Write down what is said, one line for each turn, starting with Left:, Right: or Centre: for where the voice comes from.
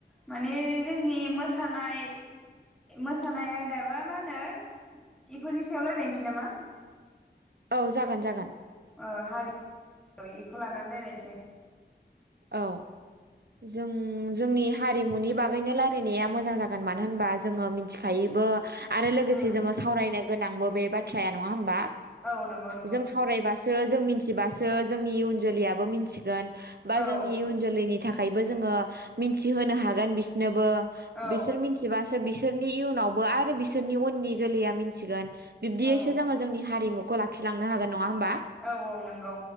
Centre: माने जोंनि मोसानाय मोसानाय आयदाबा मा होनो इफोरनि सायाव रायज्लायनोसै नामा
Right: औ जागोन जागोन
Centre: ओ हारि एखौ लानानै लायर से
Right: औ जों जोंनि हारिमुनि बागैनो रायलायनाया मोजां जागोन मानो होनबा जोङो मिथिखायोबो आरो लोगोसे
Centre: उम
Right: जोङो सावरायनो गोनांबो बे बाथ्राया नङा होमबा?
Centre: औ नंगौ नंगौ
Right: जों सावरायबासो जों मिथिबासो जोंनि इयुन जोलैयाबो मिथिगोन बा
Centre: औ
Right: जोंनि इयनुन जोलैनि नि थाखायबो जोङो मिथिहोनो हागोन बिसिनोबो
Centre: औ
Right: बिसोर मिथिबासो बिसोर बिसोरनि इयुनावबो आरो बिसोरनि उननि जोलैया मिथिगोन। बिब्दियैसो
Centre: औ
Right: जोङो जोंनि हारिमु खौ लाखिलांनो हागोन। नङा होनबा?
Centre: औ औ नंगौ